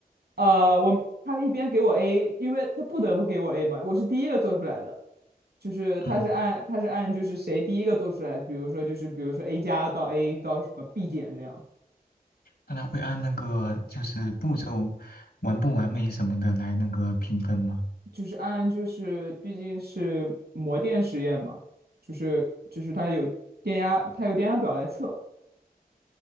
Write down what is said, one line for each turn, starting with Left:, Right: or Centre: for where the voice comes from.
Right: 呃，我明他一边给我 A，因为他不得不给我 A 嘛，我是第一个做出来的，就是他是按他是按就是谁第一个做出来，
Left: 嗯，
Right: 比如说就是比如说 A 加到 A 到什么 B 减这样，
Left: 那他会按那个就是步骤完不完美什么的来那个评分吗？
Right: 就是按就是毕竟是模电实验嘛，就是就是他有电压，他有电压表来测。